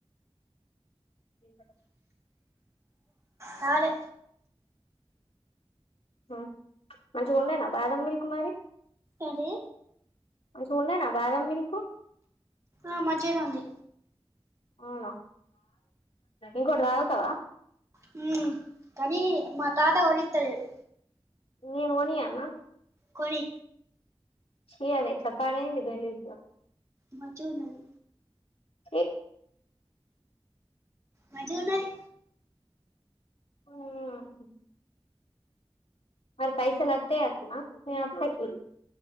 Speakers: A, on the left (about 70°); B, on the right (about 30°).
A: ఇ
B: రాలే
A: మ్మ్ మంచిగా ఉందేనా బాదం మిల్క్ మరి
B: ఏంటి
A: మంచిగుండేనా బాధమిల్క
B: ఆ మంచిగానే ఉంది
A: అవునా ఇంకోటి తాగుతావా
B: హ కనీ మా తాత కొనిత్తలేడు
A: నేను కొనియాల్నా
B: కొనీ
A: చి అదేట్ల పాడాయింది గలీజ్గా
B: మంచిగున్నది
A: చి
B: మంచిగున్నది
A: మ్మ్ హ్ మ పైసల్ ఒత్తయ్యంటనా మీ అత్త కి